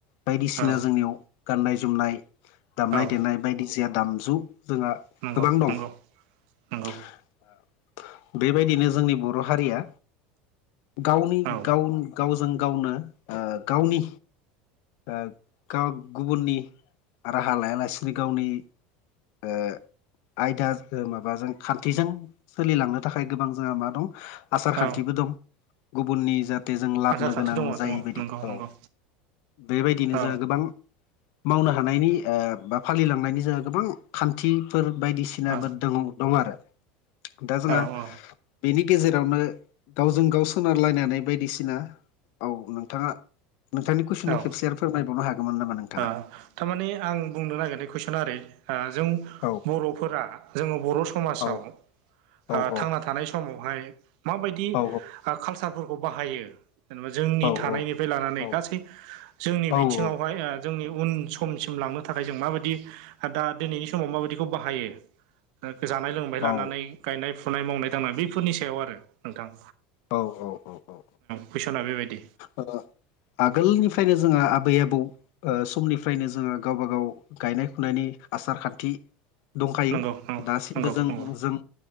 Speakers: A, on the left; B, on the right.
A: बायदिसिना
B: औ
A: जोंनियाव गाननाय जोमनाय दामनाय
B: औ
A: देनाय बायदि जेआ दामजु जोंहा
B: नंगौ
A: गोबां दं।
B: नंगौ
A: आ
B: नंगौ
A: बेबायदिनो जोंनि बर' हारिया गावनि
B: औ
A: गाव गावजों गावनो ओ गावनि ओ गाव गुबुननि राहा लायालासिनो गावनि ओ आयदा ओ माबाजों खान्थिजों सोलिलांनो थाखाय गोबां जोंहा मा दं आसार
B: औ
A: खान्थिबो दं। गुबुननि जा थे जों लाबोननो
B: आसार खान्थि
A: गोनां
B: दङ दङ
A: जायै बायदि
B: नंगौ नंगौ
A: औ। बेबायदिनो
B: औ
A: जोंहा गोबां मावनो हानायनि ओ बा फालिलांनायनि जोंहा गोबां खान्थिफोर बायदिस सिनाबो
B: औ
A: द दं आरो दा जोंहा
B: औ
A: बेनि गेजेरावनो गावजों गाव सोनारलायनानै बायदिसिना औ नोंथाङा नोंथांनि कुइसनखौ
B: औ
A: खेबसे आरो फोरमायबावनो हागमोन नामा नोंथां
B: ओ थारमाने आं बुंनो नागिरनाय कुइसना ओरै ओ जों
A: औ
B: बर'फोरा
A: औ
B: जोङो बर' समाजाव
A: औ
B: ओ
A: औ
B: थांना थानाय समावहाय माबायदि
A: औ
B: कालसारफोरखौ बाहायो जेनेबा जोंनि
A: औ
B: थानायनिफ्राय लानानै
A: औ
B: गासै जोंनि
A: औ
B: बिथिङाव
A: औ
B: <unintelligible> जोंनि
A: नंगौ
B: उन
A: नोंथां।
B: समसिम लांनो थाखाय जों माबायदि दा दिनैनि समाव माबादिखौ बाहायो जानाय लोंनाय लानानै
A: औ
B: गायनाय फुनाय मावनाय दांनाय बेफोरनि सायाव आरो नोंथां।
A: औ औ औ औ
B: कुइसना बेबायदि
A: ओ आगोलनिफ्रायनो जोंहा आबै आबौ समनिफ्रायनो जोंहा गावबा गाव गायनाय फुनायनि आसार खान्थि दंखायो
B: नंगौ नंगौ
A: दासिमबो
B: नंगौ
A: जों
B: नंगौ
A: जों